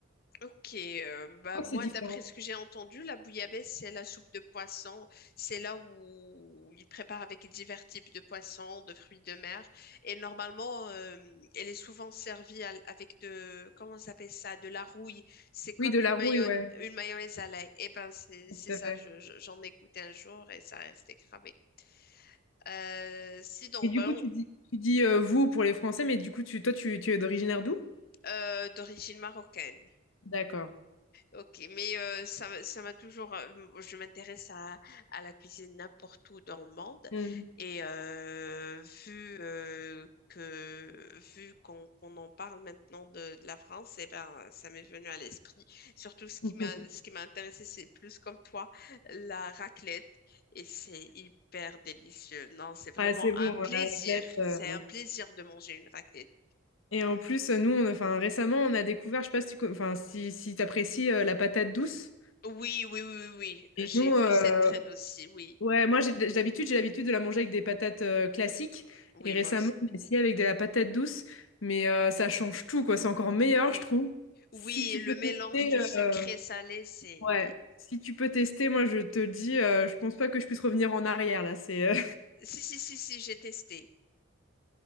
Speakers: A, on the left; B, on the left.
A: Ok, euh, bah
B: crois
A: moi,
B: que c'est différent.
A: d'après ce que j'ai entendu, la bouillabaisse, c'est la soupe de poisson. C'est là où ils préparent avec divers types de poissons, de fruits de mer. Et normalement, euh, elle est souvent servie à- avec de, comment ça s'appelle ça, de la rouille. C'est comme
B: Oui, de la
A: une
B: rouille,
A: mayonnaise,
B: ouais.
A: une mayonnaise à l'ail. Eh ben, c'est
B: Tout
A: c'est ça,
B: à fait.
A: je- je- j'en ai goûté un jour et ça restait cramé. Euh, sinon,
B: Et du
A: bon,
B: coup, tu dis, tu dis euh, vous pour les Français, mais du coup, tu, toi, tu, tu es d'originaire d'où?
A: euh, d'origine marocaine.
B: D'accord.
A: Ok, mais euh, ça, m'a- ça m'a toujours. euh, Je m'intéresse à, à la cuisine n'importe où dans le monde.
B: Hmm.
A: Et euh, vu euh, que vu qu'on qu'on en parle maintenant de, de la France, eh ben, ça m'est venu à l'esprit. Surtout ce qui
B: <laughs>
A: m'a ce qui m'a intéressé, c'est plus comme toi, la raclette. Et c'est hyper délicieux. Non, c'est vraiment
B: Ah, c'est bon,
A: un plaisir.
B: la raclette. euh,
A: C'est un plaisir de manger une raclette.
B: Et en plus, euh, nous, on a- enfin, récemment, on a découvert, je sais pas si tu, co- enfin, si, si t'apprécies euh, la patate douce.
A: Oui, oui, oui, oui. oui.
B: Et
A: J'ai
B: nous,
A: vu
B: euh,
A: cette trend aussi. Oui,
B: ouais, moi, j'ai d'habitude, j'ai l'habitude de la manger avec des patates euh, classiques.
A: oui,
B: Et récemment,
A: moi aussi.
B: on a essayé avec de la patate douce. Mais euh, ça change tout, quoi. C'est encore meilleur,
A: Oui.
B: je trouve. Si
A: Oui,
B: tu
A: le
B: peux
A: mélange
B: tester,
A: de sucré
B: euh,
A: salé, c'est...
B: ouais. Si tu peux tester, moi, je te dis, euh, je pense pas que je puisse revenir en arrière, là. C'est, euh,
A: Si, si, si, si, j'ai testé.